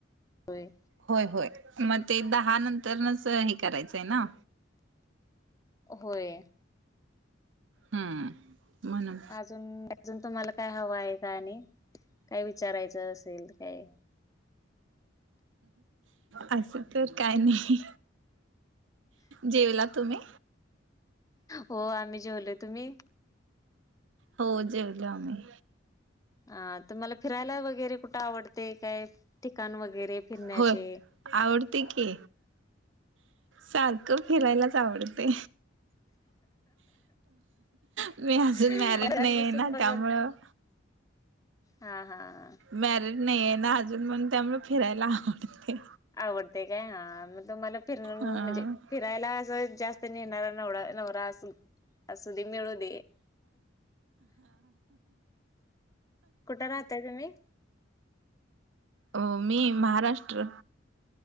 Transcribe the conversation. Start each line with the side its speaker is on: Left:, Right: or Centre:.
Left: व्हय
Right: होय होय मग ते दहा नंतरच हे करायचंय ना
Left: होय.
Right: हम्म.. म्हणून
Left: अज अजून तुम्हाला काय हव आहे का आणि काय विचारायचं असेल काय?
Right: असं तर काय नाही, जेवला तुम्ही?
Left: हो आम्ही जेवलो तुम्ही?
Right: हो जेवल आम्ही.
Left: अ तुम्हाला फिरायला वगैरे कुठे आवडते काय ठिकाण वगैरे, फिरण्याचे
Right: होय. आवडते की सारखं फिरायलाच आवडते. मी अजून
Left: घरात
Right: मॅरिड नाही
Left: बसून
Right: आहे ना
Left: बसून
Right: त्यामुळं,
Left: हा हा हां!
Right: मॅरिड नाही आहे ना अजून मण त्यामुळं फिरायला आवडते.
Left: आवडते काय हा मग तुम्हाला फिर
Right: अ
Left: म्हणजे, फिरायला अस जास्त नेणारा नव नवरा अस मिळून, कुठे राहताय तुम्ही?
Right: हो मी महाराष्ट्र.